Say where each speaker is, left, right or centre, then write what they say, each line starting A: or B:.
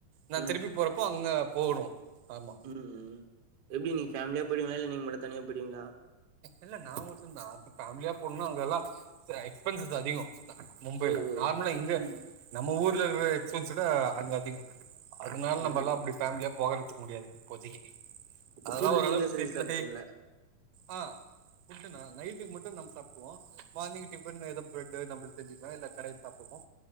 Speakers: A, on the right; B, on the right.
A: நா
B: ம்
A: திருப்பி போறப்போ அங்க போகணு ஆமா
B: ம்ம் எப்டி நீங்க ஃபேமிலியா போய்டிவீங்ளா இல்ல நீங்க மட்டு தனியா போய்டிவீங்ளா
A: இல்ல நா மட்டுந்தா பேமிலியா போன்னா அங்கல்லா ச எக்ஸ்பென்சஸ் அதிகோ மும்பைல
B: ஓ ஓ
A: நார்மலா இங்க
B: ம்
A: நம்ம ஊர்ல இருக்குற எக்ஸ்பென்சிவ் விட அங்க அதிகோ அதுனால
B: ம்
A: நம்பல்லா அப்டி ஃபேமிலியா போகுறத்துகு முடியாது இப்போதைக்கு அதுல்லா
B: ஃபுட்டு
A: ஓரளவுக்கு
B: நீங்களே செஞ்சு
A: செட்டில்
B: சாப்ட்ருவீங்களா
A: ஆயி ஆ ஃபுட்டு நா நைட்டுக்கு மட்டு நம் சாப்டுவோ மார்னிங் டிஃபன் எதோ பிரட்டு நம்ளு செஞ்சிக்லா இல்ல கடைல சாப்டுவோ